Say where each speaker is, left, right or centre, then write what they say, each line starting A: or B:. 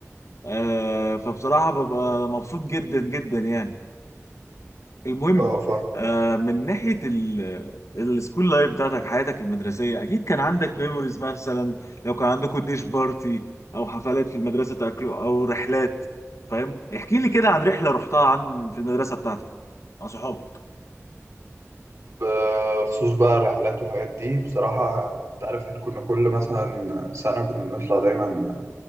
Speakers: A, on the left; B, on the right.
A: آه فبصراحه ببقى مبسوط جدا جدا يعني المهم
B: اه فاهم
A: آه من ناحيه ال- السكول لايف بتاعتك حياتك المدرسيه اكيد كان عندك ميموريز مثلا لو كان عندكم ديش بارتي او حفلات في المدرسه تاكلوا او رحلات فاهم احكي لي كده عن رحله رحتها عن في المدرسه بتاعتك مع صحابك
B: بخصوص بقى الرحلات والحاجات دي بصراحة انت عارف احنا كنا كل مثلا سنة كنا بنطلع دايما